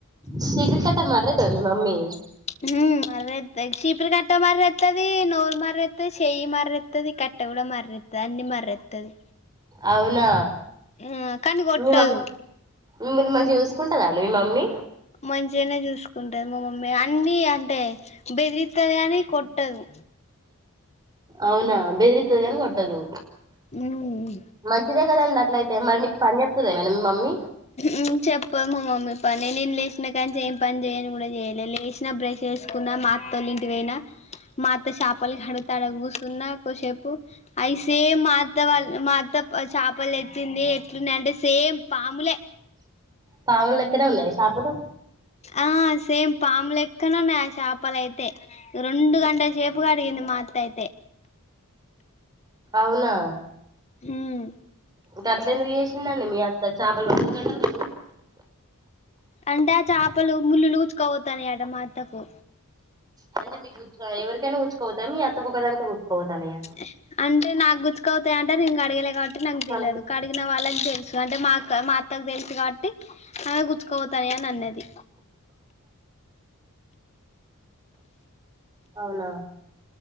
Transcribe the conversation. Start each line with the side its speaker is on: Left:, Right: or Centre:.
Right: చీపురు కట్ట మర్రితో మీ మమ్మీ
Left: ఉమ్మ్ మర్రే సీపురు కట్ట మర్రేత్తాది నోరు మర్రేత్తాది సేయి మర్రేత్తది కట్టే కూడా మర్రే త్తది అన్ని మర్రేత్తాది
Right: అవునా
Left: ఆ కానీ కొట్టదు
Right: మీ మమ్మ మిమ్మల్ని బా చూసుకుంటాదండి మీ మమ్మీ
Left: మంచిగానే చూసుకుంటాది మా మమ్మీ అన్ని అంటే బెదిరిత్తాది కానీ కొట్టదు
Right: అవునా బెదిరిత్తాది కానీ కొట్టదు
Left: ఉమ్
Right: మంచిదే కదండి అట్లయితే మరి మీకు పని చెప్తాదా ఏమైనా మీ మమ్మీ
Left: ఉమ్మ్ చెప్పదు మా మమ్మీ పని నేన్ లేసినా కానుంచి ఏం పని చేయ్యను కూడా చెయ్యలే లేచినా బ్రష్ చేసుకున్న మా అత్తోల్ల ఇంటికి పోయినా మా అత్త షాపాలు కడిగితే ఆడ కూసున్న కోసేపు అయి సేమ్ మా అత్త వాళ్ళ మా అత్త చేపలు తెచ్చింది ఎట్లునయంటే సేమ్ పాములే
Right: పాములు లేక్కడే ఉన్నాయా చాపలు
Left: ఆ సేమ్ పాములు లేక్కనే ఉన్నాయి ఆ చేపాలు అయితే రెండు గంట సే పు కడిగింది మా అత్త అయితే
Right: అవునా
Left: ఊమ్
Right: గట్ల ఎందుకు జేసిందండి మీ అత్త చాపలు గంటలు బ
Left: అంటే, ఆ చాపలు ముళ్ళులు గుచ్చుక పోతాన్నయట మా అత్తకు.
Right: అంటే, మీకు ఆ ఎవరికైనా గుచ్చుక వోతయ? మీ అత్తకు ఒక దానికే గుచ్చుక బోతాన్నయా?
Left: ఇహ్! అంటే, నాకు గుచ్చుక బోతయి అంటే, నేను గడగలే గాబట్టి నాకు
Right: చాలా
Left: తెలియదు. కడిగిన వాళ్ళకి దెలుసు అంటే, మాక్క, మా అత్తకు దెలుసు గావట్టి. అలా గుచ్చుక బోతాయా? అని అన్నది.
Right: అవునా?